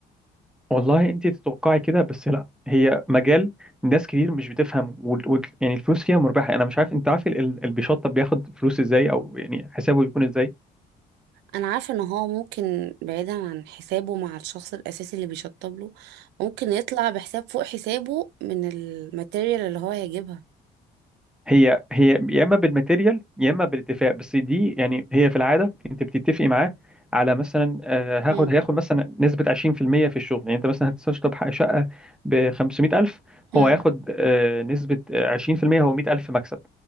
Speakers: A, in the centre; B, on the right.
A: والله انت تتوقعي كده بس لا هي مجال ناس كتير مش بتفهم وال... وال... يعني الفلوس فيها مربحه انا مش عارف انت عارف ال- ال- اللي بيشطب بياخد فلوس ازاي او يعني حسابه بيكون ازاي
B: أنا عارفة إن هو ممكن بعيدا عن حسابه مع الشخص الأساسي اللي بيشطب له ممكن يطلع بحساب فوق حسابه من الماتيريال اللي هو هيجيبها
A: هي هي يا اما بالماتيريال يا اما بالاتفاق بس دي يعني هي في العاده انت بتتفقي معاه على مثلا آه،
B: مم.
A: هاخد هياخد مثلا نسبه 20% في المية في الشغل يعني انت مثلا هتشطب شقه ب 500000
B: مم.
A: هو هياخد آه، نسبه آه، 20% هو 100000 مكسب